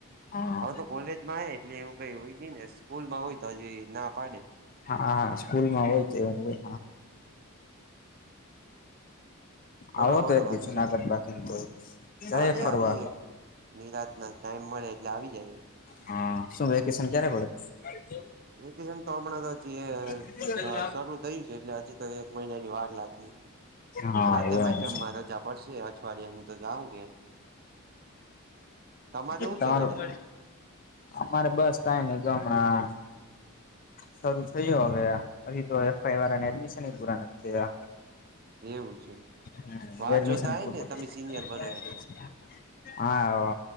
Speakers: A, on the left; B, on the right.
A: હા
B: હવ તો કોલેજમાં આય એટલે એવું કઈ હોય ની સ્કૂલમાં હોય તો હજી ના પાડે.
A: હા હા સ્કૂલ માં હોય તો એવું હોય.
B: બોલો
A: આવો
B: બોલો
A: તો એકદી
B: બાકી
A: જૂનાગઢ
B: શાંતિ
A: બાકી ન તો જાય
B: આવી
A: ફરવા.
B: આવી નિરાત ના ટાઈમ મળે એટલે આવી જાય.
A: હા શું વેકેશન ક્યારે પડ?
B: વેકેશન તો હમણાં તો હજી
A: પડે
B: શરૂ થયું છે એટલે હજી તો એક મહિના ની વાર લાગી.
A: હા
B: હાતમ
A: એવું
B: આઠમ માં રજા પડશે અઠવાડિયા ની તો જાઉ ગેર. તમારે શું
A: તમારું
B: છે રજાનું
A: અમારે બસ કઈ ની જો હમણા શરૂ થયો હવે આ હજી તો એફ આઈ વાળાને
B: હ
A: એડમિશન પૂરા નથી થયા.
B: હા એવું છે
A: હમ્મ
B: વાત
A: એડમિશન
B: જોતા હોય
A: <unintelligible>
B: ને તમે સિનિયર બનો એટલે
A: હા આવો